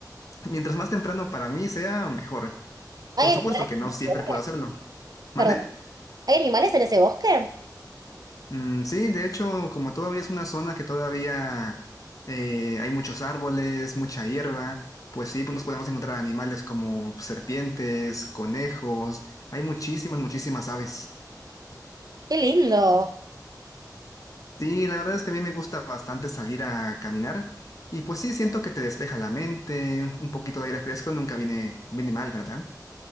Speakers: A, on the left; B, on the right.
A: mientras más temprano para mí sea, mejor.
B: ¿Hay
A: Por supuesto
B: animales
A: que no
B: en ese
A: siempre
B: bosque?
A: puedo hacerlo. ¿Mande?
B: Perdón, ¿hay animales en ese bosque?
A: Mm, sí, de hecho, como todavía es una zona que todavía eh, hay muchos árboles, mucha hierba, pues sí, pues nos podemos encontrar animales como serpientes, conejos, hay muchísimas, muchísimas aves.
B: ¡Qué lindo!
A: Sí, la verdad es que a mí me gusta bastante salir a caminar y pues sí, siento que te despeja la mente, un poquito de aire fresco nunca viene, viene mal, ¿verdad?